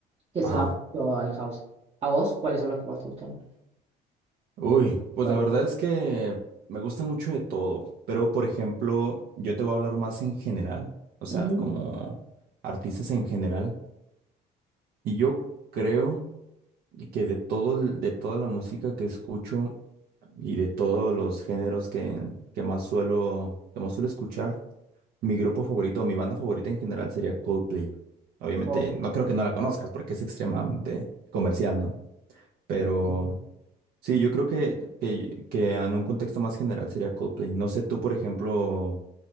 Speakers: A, on the right; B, on the right.
A: que
B: ajá.
A: se va mucho al house. ¿A vos cuáles son los que más te gustan?
B: Uy, pues
A: Claro.
B: la verdad es que me gusta mucho de todo, pero por ejemplo, yo te voy a hablar más en general, o sea,
A: Ujú.
B: como artistas en general, y yo creo que de todo el- de toda la música que escucho y de todos los géneros que, que más suelo, que más suelo escuchar, mi grupo favorito o mi banda favorita en general sería Coldplay. Obviamente,
A: Oh,
B: no creo que no la conozcas porque es extremadamente comercial, ¿no? Pero
A: sí, sí.
B: Sí, yo creo que, que, que en un contexto más general sería Coldplay. No sé tú, por ejemplo,